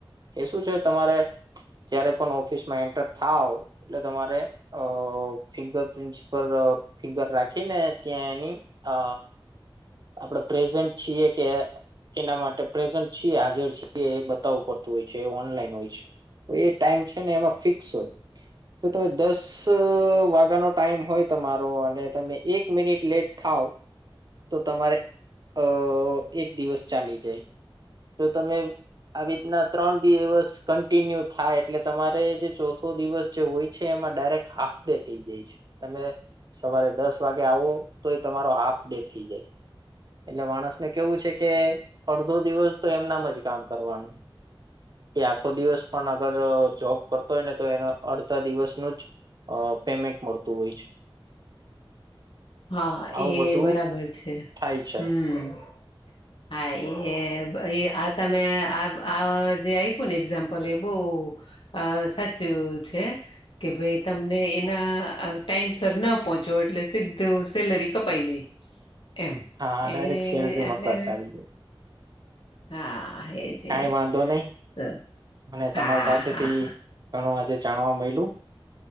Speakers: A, on the right (about 45°); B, on the left (about 65°).
A: એ શું છે, તમારે જયારે પણ ઓફિસમાં એન્ટર થાવ એટલે તમારે અ ફિંગર પ્રિન્ટસ પર ફિંગર રાખીને ત્યાં એની અ આપડે પ્રેઝન્ટ છીએ કે એના માટે પ્રેઝન્ટ છીએ હાજર છીએ એ બતાવું પડતું હોય છે, ઓનલાઈન હોય છે. એ ટાઈમ છે, ને એમાં ફિક્સ હોય જો તમે દસ વાગ્યાનો ટાઈમ હોય તમારો અને તમે એક મિનિટ લેટ થાવ
B: હ
A: તો તમારે અ એક દિવસ ચાલી જાય તો તમે આવી રીતના ત્રણ દિવસ કન્ટિન્યુ થાય એટલે તમારે જે ચોથો દિવસ જે હોય છે. એમા ડાયરેક્ટ હાફ ડે થઈ જાય છે, તમે સવારે દસ વાગે આવો તો એ તમારો હાફ ડે થઈ જાય એટલે માણસને કેવું છે, કે અડધો દિવસ તો એમનામાં જ કામ કરવાનું કે આખો દિવસ પણ અગર જોબ કરતો હોય ને તો એને અડધા દિવસનુ જ પેમેન્ટ મળતું હોય છે.
B: હા
A: આવું
B: એ
A: બધું
B: બરાબર છે.
A: થાય છે.
B: હમ હા એ આ તમે આ આ જે આયપુ ને એક્ઝામ્પલ એ બોવ અ સાચુ છે, કે ભાઈ તમને એના ટાઈમ સર ન પહોંચો એટલે સીધુ સેલરી કપાય જાય એમ
A: હા ડાયરેક્ટ
B: એ
A: સેલરીમાં
B: એટલે
A: કટ આવી જાય
B: હા. એજ
A: કઈ
B: એજ
A: વાંધો નહી
B: તો
A: અને તમાર
B: હા
A: પાસેથી
B: હા હા
A: ઘણું આજે જાણવા મયલુ